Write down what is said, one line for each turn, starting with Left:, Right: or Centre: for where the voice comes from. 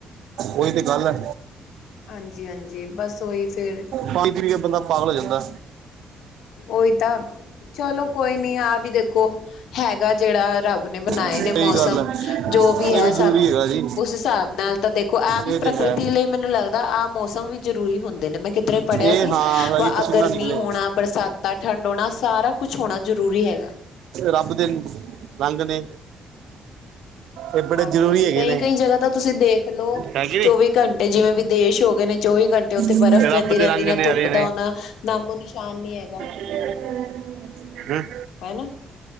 Right: ਓਈ ਤੇ ਗੱਲ ਐ।
Left: ਹਾਂਜੀ-ਹਾਂਜੀ, ਬਸ ਓਹੀ ਫੇਰ
Right: ਪਾਣੀ ਪੀ ਕੇ ਬੰਦਾ ਪਾਗਲ ਹੋ ਜਾਂਦੈ।
Left: ਓਈ ਤਾਂ, ਚਲੋ ਕੋਈ ਨੀ ਆ ਵੀ ਦੇਖੋ ਹੈਗਾ ਜੇੜਾ ਰੱਬ ਨੇ ਬਣਾਏ
Right: ਸਹੀ
Left: ਨੇ ਮੌਸਮ,
Right: ਗੱਲ ਹੈ
Left: ਜੋ ਵੀ ਹੈ
Right: ਇਹ ਜ਼ਰੂਰੀ
Left: ਸਾਨੂੰ
Right: ਹੈਗਾ ਜੀ
Left: ਉਸ ਹਿਸਾਬ ਨਾਲ ਤਾਂ ਦੇਖੋ, ਆਹ ਵੀ
Right: ਇਹ ਤੇ
Left: ਪ੍ਰਾਕਿਰਤੀ
Right: ਹੈ
Left: ਲਈ ਮੈਨੂੰ ਲੱਗਦਾ ਆਹ ਮੌਸਮ ਵੀ ਜਰੂਰੀ ਹੁੰਦੇ ਨੇ। ਮੈਂ ਕਿੱਧਰੇ ਪੜਿਆ
Right: ਇਹ
Left: ਸੀ,
Right: ਹਾਂ ਹੈਗੀ
Left: ਵ ਆ
Right: ਪਸੀਨਾ
Left: ਗਰਮੀ
Right: ਨਿਕਲੇ
Left: ਹੋਣਾ, ਬਰਸਾਤਾਂ, ਠੰਡ ਹੋਣਾ, ਸਾਰਾ ਕੁਛ ਹੋਣਾ ਜ਼ਰੂਰੀ ਹੈਗਾ।
Right: ਰੱਬ ਦੇ ਰੰਗ ਨੇ।
Left: <inaudible>
Right: ਇਹ ਬੜੇ
Left: ਹਾਂਜੀ-ਹਾਂਜੀ,
Right: ਜ਼ਰੂਰੀ ਹੈਗੇ
Left: ਕਈ-ਕਈ
Right: ਨੇ
Left: ਜਗ੍ਹਾ ਤਾਂ ਤੁਸੀਂ ਦੇਖ ਲੋ
Right: ਹੈਗੇ
Left: ਚੋਵੀ ਘੰਟੇ ਜਿਵੇਂ ਵਿਦੇਸ਼ ਹੋਗੇ ਨੇ ਚੋਵੀ ਘੰਟੇ ਓਥੇ
Right: ਨੇ
Left: ਬਰਫ਼ ਪੈਂਦੀ
Right: ਰੱਬ
Left: ਰੈੰਦੀ
Right: ਦੇ ਰੰਗ
Left: ਨੇ, ਧੁੱਪ
Right: ਆਰੇ
Left: ਦਾ ਓਨਾ ਨਾਮੋ ਨਿਸ਼ਾਨ ਨੀ ਹੈਗਾ।
Right: <inaudible> ਹੰ
Left: ਹੈਨਾ।